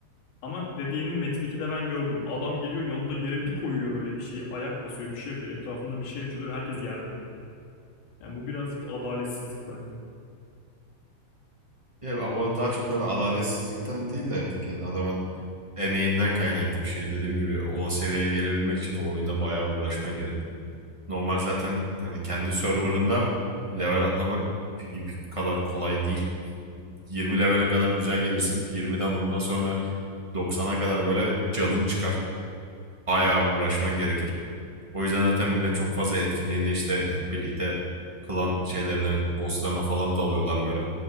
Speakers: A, on the left; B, on the right.
A: Ama dediğini Metin 2'de ben gördüm. Adam geliyor yanında yere bir koyuyor böyle bir şeyi. Ayak basıyor bir şey yapıyor. Etrafında bir şey açılıyor. Herkes yerde. Yani bu birazcık adaletsizlik bence.
B: Ya ama daha çok böyle adaletsizlikten değil de artık yani adamın emeğinden kaynaklı bir şey. Dediğim gibi o seviyeye gelebilmek için o oyunda bayağı uğraşman gerekiyor. Normal zaten hani kendi serverında level atlamak PvP kadar kolay değil. 20 levele kadar güzel gelirsin. 20'den ondan sonra 90'a kadar böyle canın çıkar. Bayağı uğraşman gerekir. O yüzden zaten millet çok fazla etkinliğine işte hep birlikte klan şeylerine, bosslarına falan dalıyorlar böyle.